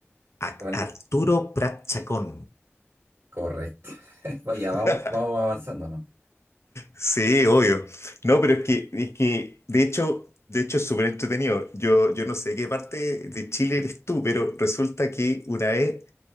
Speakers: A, on the left (about 70°); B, on the right (about 55°).
A: A-
B: Bueno,
A: Arturo Prat Chacón.
B: correcto. <laughs> Vaya,
A: <laughs>
B: vamos, vamos avanzando, ¿no?
A: Sí, obvio. No, pero es que, es que de hecho, de hecho es súper entretenido. Yo, yo no sé qué parte de Chile eres tú, pero resulta que una vez